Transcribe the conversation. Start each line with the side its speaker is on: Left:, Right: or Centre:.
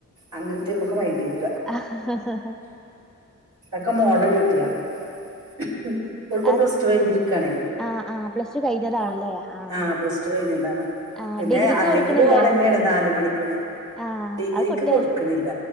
Right: അങ്ങത്തെ നമുക്ക് വയിന്റെയു <unintelligible>
Centre: ആഹ ഹഹഹ
Right: തക്കെ മോൾടെ ടി <unintelligible> യാ <unintelligible> ഓള്പ്പോ
Centre: ആഹ്
Right: പ്ലസ്‌ടു കഴിഞ്ഞിരി ക്കവാണേ
Centre: ആഹ് ആഹ് പ്ലസ് ടു കഴിഞ്ഞതാണല്ലേ
Right: ഓ
Centre: ആഹ്
Right: ആ പ്ലസ്ടു കഴിഞ്ഞതാണ്
Centre: ആഹ്
Right: പിന്നെ
Centre: ഡിഗ്രിക്ക്
Right: അല്ലെങ്കിലും
Centre: കൊടുക്കണില്ലേ
Right: ഓള് തന്നെയാണ് നാല് മണിക്കുള്ളെ
Centre: ആഹ്
Right: ഡിഗ്രിക്ക്
Centre: അത് കൊട്ത്തേ
Right: കൊടുക്കണില്ല